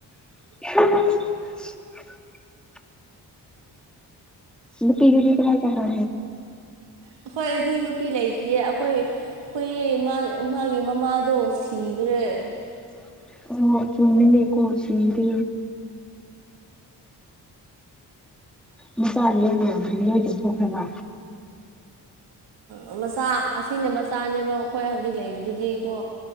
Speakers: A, in the centre; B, on the right.
A: <unintelligible> ꯑ ꯄꯤꯖꯤꯦ ꯀꯥꯏ ꯀꯈ꯭ꯔ
B: ꯑꯩꯈꯣꯏ ꯍꯨꯏ ꯅꯨꯄꯤ ꯂꯩꯇ꯭ꯦ ꯑꯩꯈꯣꯏ ꯍꯨꯏ ꯃꯥꯒꯤ ꯃꯃꯥꯗꯣ ꯁꯤꯈ꯭ꯔꯦ ꯇꯦ
A: ꯑ ꯑꯣ ꯆꯨꯝꯃꯤ ꯂꯩ ꯀꯣ ꯁꯤꯗ ꯃꯆꯥꯥꯗꯤ ꯃꯌꯥꯝꯗꯨꯣꯏꯒ ꯊꯣꯛꯣꯛꯈ꯭ꯔꯕ
B: ꯑ ꯃꯆꯥ ꯑꯁꯤꯅꯦ ꯃꯆꯥꯅꯦꯕ ꯑꯩꯈꯣꯏ ꯍꯧꯖꯤꯛ ꯂꯩꯕꯗꯨꯗꯤ ꯀꯣ